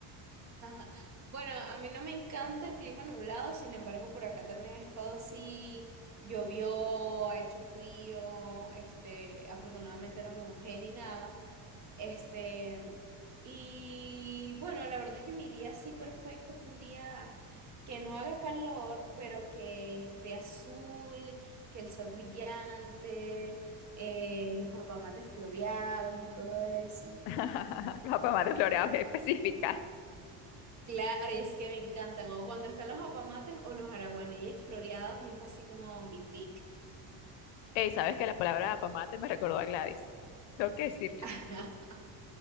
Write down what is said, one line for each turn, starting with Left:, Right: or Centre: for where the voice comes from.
Right: Ajá. Bueno, a mí no me encanta el clima nublado, sin embargo, por acá también ha estado así, llovió, ha hecho frío, este, afortunadamente no me mojé ni nada, Este, y bueno, la verdad es que mi día así perfecto es un día que no haga calor, pero que esté azul, que el sol brillante, eh, los apamates floreados y todo eso.
Left: <laughs> La pomada floreada es específica.
Right: Claro, y es que me encantan. O cuando están los apamates o los araguaneyes floreados, es así como mi pick.
Left: Ey, ¿sabes que la palabra pomate me recordó a Gladys? Tengo que decirlo.
Right: <laughs>